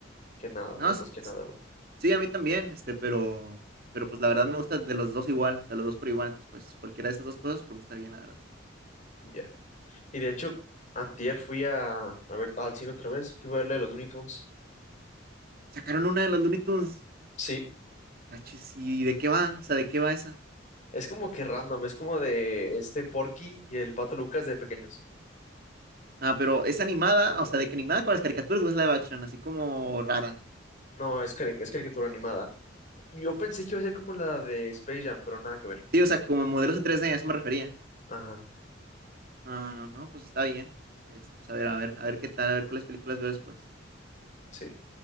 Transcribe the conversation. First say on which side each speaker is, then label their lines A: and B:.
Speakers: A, on the left; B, on the right.
A: que nada,
B: No,
A: o sea,
B: sí,
A: más que
B: s-
A: nada, güey.
B: sí, a mí también, este, pero, pero pues la verdad me gusta de los dos igual, o sea, los dos por igual. Entonces, pues cualquiera de esas dos cosas, por mí está bien, la verdad.
A: y Ya. Y de hecho, antier fui a, a ver al cine otra vez, fui a verle los Looney Tunes.
B: Sacaron una de los Looney Tunes.
A: Sí,
B: Ah, chis, ¿Y de qué va? O sea, ¿de qué va esa?
A: es como que random, es como de este Porky y el Pato Lucas de pequeños.
B: Ah, pero es animada, o sea, de que animada con las caricaturas o es live action, así como rara.
A: No, es, cari- es caricatura animada. Yo pensé que iba a ser como la de Space Jam, pero nada que ver.
B: Sí, o sea, como modelos en 3D, a eso me refería.
A: Ajá,
B: Ah, no, no, pues está bien. Este, pues a ver, a ver, a ver qué tal, a ver cuáles películas veo después.
A: sí.